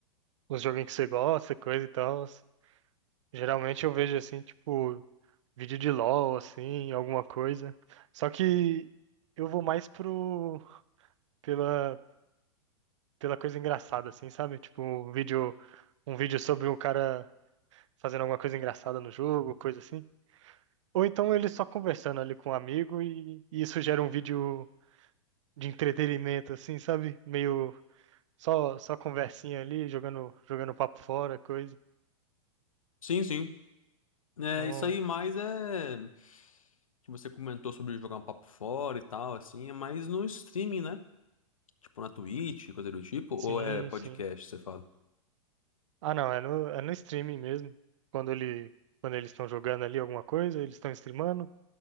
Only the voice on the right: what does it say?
os joguinhos que você gosta, coisa e tal. Geralmente eu vejo assim, tipo, vídeo de LOL, assim, alguma coisa. Só que eu vou mais pro, pela, pela coisa engraçada, assim, sabe? Tipo, um vídeo, um vídeo sobre um cara. fazendo alguma coisa engraçada no jogo, coisa assim. Ou então ele só conversando ali com um amigo e, e isso gera um vídeo de entretenimento, assim, sabe? Meio só, só conversinha ali, jogando, jogando papo fora, coisa.
Então,
sim,
sim.
Ah, não, é no, é no streaming mesmo. Quando ele, quando eles estão jogando ali alguma coisa, eles estão streamando.